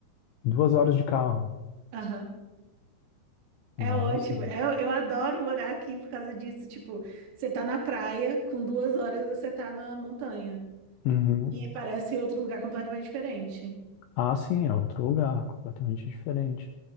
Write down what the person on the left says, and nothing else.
Duas horas de carro.
Nossa.
Uhum.
Ah, sim, é outro lugar, completamente diferente.